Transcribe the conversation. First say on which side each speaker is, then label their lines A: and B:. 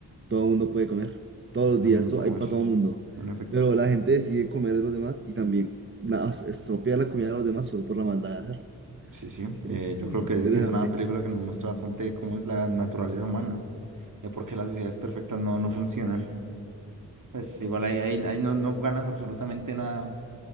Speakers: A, on the right; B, on the right.
A: todo el mundo puede comer, todos los
B: lo
A: días
B: mismo
A: to-
B: puedo
A: hay
B: comer,
A: para
B: sí,
A: todo
B: sí,
A: el mundo,
B: en efecto.
A: pero la gente decide comer de los demás y también... na- estropear la comida de los demás solo por la maldad de hacerlo.
B: Sí, sí,
A: Es
B: eh, yo creo que,
A: interesante.
B: que es una película que nos muestra bastante cómo es la naturaleza humana, de por qué las sociedades perfectas no, no funcionan. Pues igual ahí, ahí, ahí no, no ganas absolutamente nada